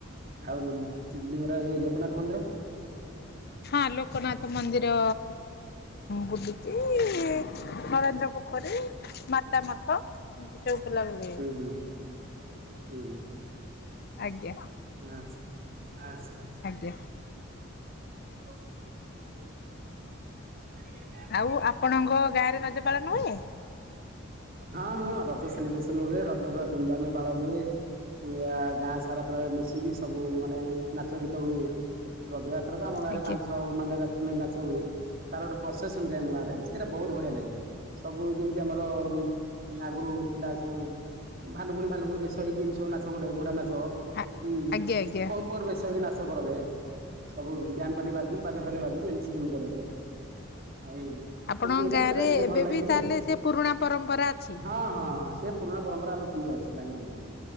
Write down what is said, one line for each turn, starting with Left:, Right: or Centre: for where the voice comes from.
Right: ଆଉ ଲି ଲିଙ୍ଗରା, ଏଇ ଲୋକନାଥ ମନ୍ଦିର?
Left: ହଁ, ଲୋକନାଥ ମନ୍ଦିର ବୁଲୁଚି, ଇ ଇ। ନରେନ୍ଦ୍ର ପୋଖରୀ, ମାତା ମଠ, ଏମିତି ସବୁ ବୁଲା ବୁଲି।
Right: ହୁଁ, ହୁଁ, ହୁଁ। ହୁଁ ହୁଁ।
Left: ଆଜ୍ଞା।
Right: ଆସ୍, ଆସ୍ ଆସ୍।
Left: ଆଜ୍ଞା।
Right: <unintelligible>
Left: ଆଉ, ଆପଣଙ୍କ ଗାଁରେ ରଜ ପାଳନ ହୁଏ?
Right: ହଁ, ହଁ, ରଜ ସେଲିବ୍ରେସନ ହୁଏ। ରଜ ପୁରା ଧୁମଧାମ୍ ରେ ପାଳନ ହୁଏ। ପୂରା, ଗାଁ ସାରା ପୂରା ମିଶିକି ସବୁ ମାନେ, ନାଚ ଗୀତ ହୁଏ। ରଜଯାତ୍ରା ତ, ଆମ ଗାଁରେ
Left: ଆଜ୍ଞା
Right: ପାଞ୍ଚ ଛ ମାନେ ରା ନାଚ ହୁଏ, ତାର ଗୋଟେ ପ୍ରସେସନ୍ ଯାଏ ଆମ ଗାଁରେ। ସେଟା ବହୁତ ବଢିଆ ଲାଗେ। ସବୁ ଯେମିତି ଆମର, ଆଗରୁ ଥିଲା ସବୁ ଭାଲୁକୁଣି ଫାଲୁକୁଣି ବେଶ ହେଇକି, ଏମ୍ ତି ସବୁ ନାଚ ଗୋଡ଼େ, ଘୋଡା ନାଚ ହୁଁ,
Left: ଆ
Right: ହୁଁ,
Left: ଆଜ୍ଞା ଆଜ୍ଞା
Right: ବହୁତ୍ ବଡ଼ ବେଶ ହେଇ ନାଚ କରାଯାଏ। ସବୁ ବ୍ୟାଣ୍ଡ୍ ପାଟି ବାଜିକି, ବାଜା ଫାଜା ବାଜିକି, ଏମିତି ସବୁ କରାଯାଏ। ଆଉ
Left: ଆପଣଙ୍କ
Right: ସେମତି ଏଇଟା,
Left: ଗାଁରେ
Right: ସେଟା ଟିକେ
Left: ଏବେ
Right: ଭଲ ଲାଗେ।
Left: ବି
Right: ଟିକେ
Left: ତାହେଲେ ସେ ପୁରୁଣା ପରମ୍ପରା ଅଛି।
Right: ହଁ ହଁ ହଁ, ସେ ପୁରୁଣା ପରମ୍ପରା ଆମ ସ ଫୁଲ୍ ରସି ଲାଗି ରହିଚି ଇ,